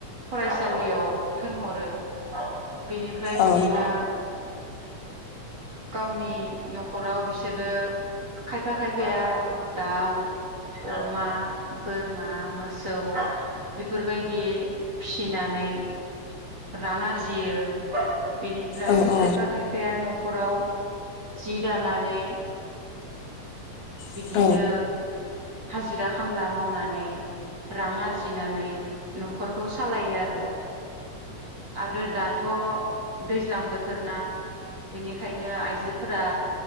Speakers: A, on the right (about 40°); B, on the left (about 70°).
A: फरायसालियाव थोनहरो बिनिफ्राय बिदिनो
B: औ
A: गावनि न'खराव बिसोरो खायफा खायफाया दाउ अमा बोरमा मोसौ बेफोरबायदि फिसिनानै रां आरजियो बेनिफ्राय
B: औ
A: खायफाया न'खराव जि दानानै बिदिनो
B: औ
A: हाजिरा खामला मावनानै रां आरजिनानै न'खरखौ सालायो आरो आरो दाथ' दैज्लां बो थोरना बेनिखायनो आइजोफोरा